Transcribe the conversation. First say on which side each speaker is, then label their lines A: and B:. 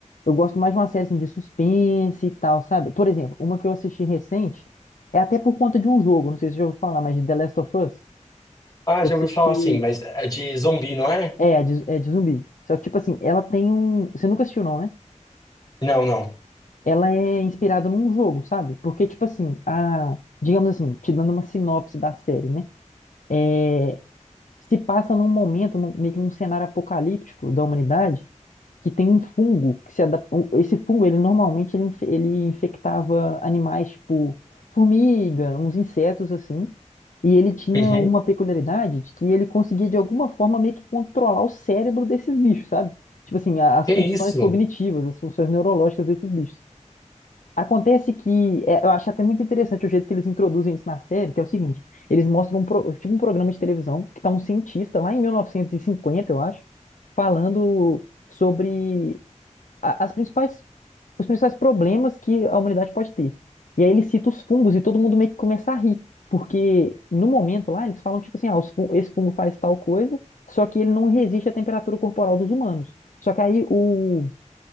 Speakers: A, on the left; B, on the left.
A: eu gosto mais de uma série assim, de suspense e tal, sabe? Por exemplo, uma que eu assisti recente, é até por conta de um jogo, não sei se você já ouviu falar, mas de The Last of Us,
B: Ah,
A: que
B: já
A: eu assisti,
B: ouvi falar assim, mas é de zumbi, não é?
A: é, de, é de zumbi. Só que, tipo assim, ela tem um, você nunca assistiu não, né?
B: Não, não.
A: Ela é inspirada num jogo, sabe? Porque, tipo assim, a, digamos assim, te dando uma sinopse da série, né? É, se passa num momento, num- meio que num cenário apocalíptico da humanidade, que tem um fungo que se adapta. Esse fungo, ele normalmente ele, inf- ele infectava animais tipo formiga, uns insetos assim. E ele tinha
B: Uhum.
A: uma peculiaridade de que ele conseguia de alguma forma meio que controlar o cérebro desses bichos, sabe? Tipo assim, a- as
B: Que
A: funções
B: isso?
A: cognitivas, as funções neurológicas desses bichos. Acontece que é, eu acho até muito interessante o jeito que eles introduzem isso na série, que é o seguinte, eles mostram um, pro- tipo um programa de televisão que tá um cientista lá em 1950, eu acho, falando sobre a- as principais, os principais problemas que a humanidade pode ter. E aí ele cita os fungos e todo mundo meio que começa a rir, porque no momento lá eles falam tipo assim, ah, os fun- esse fungo faz tal coisa, só que ele não resiste à temperatura corporal dos humanos. Só que aí o,